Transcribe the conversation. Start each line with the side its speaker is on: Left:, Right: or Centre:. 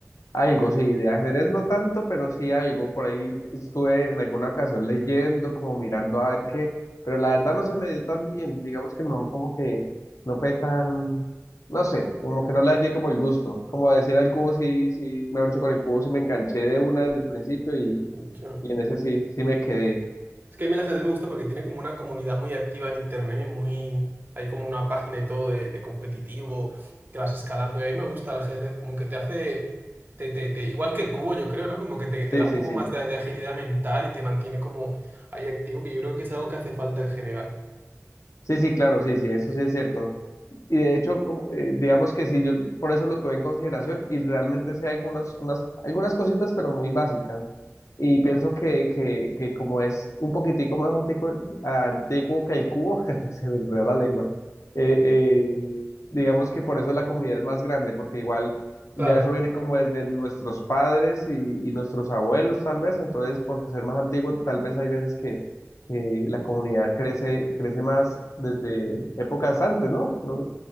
Left: Algo, sí, de ajedrez no tanto, pero sí algo. Por ahí estuve en alguna ocasión leyendo, como mirando a ver qué, pero la verdad no se me dio tan bien. Digamos que no, como que no fue tan, no sé, como que no le hallé como el gusto. Como decir al cubo, sí, sí, mejor dicho, con el cubo sí me enganché de una desde el principio y,
Right: Mucho.
Left: y en ese sí, sí me quedé.
Right: Es que a mí el ajedrez me gusta porque tiene como una comunidad muy activa en internet y muy... Hay como una página y todo de, de competitivo que vas escalando y a mí me gusta el ajedrez, como que te hace... Te, te, te- igual que el cubo, yo creo, ¿no? Como que te, te
Left: Sí,
Right: da un
Left: sí,
Right: poco
Left: sí.
Right: más de, de agilidad mental y te mantiene como ahí activo, que yo creo que es algo que hace falta en general.
Left: Sí, sí, claro, sí, sí, eso sí es cierto. Y de hecho, como, eh, digamos que sí, yo por eso lo tuve en consideración y realmente sé algunas, unas, algunas cositas, pero muy básicas. Y pienso
Right: Ah,
Left: que, que, que como es un poquitico más antiguo, antiguo que el cubo, <laughs> se me enredó la lengua, eh,
Right: mm,
Left: eh, digamos que por eso la comunidad es más grande, porque igual ya
Right: Claro,
Left: eso viene como desde nuestros padres y, y nuestros abuelos tal vez, entonces por ser más antiguo tal vez hay veces que, que la comunidad crece, crece más desde épocas antes, ¿no? No-